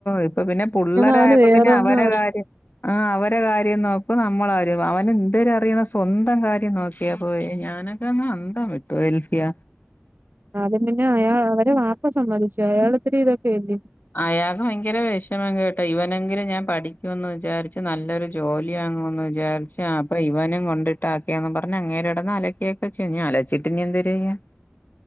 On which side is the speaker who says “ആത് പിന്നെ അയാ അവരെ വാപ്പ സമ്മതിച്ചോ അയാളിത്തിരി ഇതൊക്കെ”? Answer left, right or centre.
Right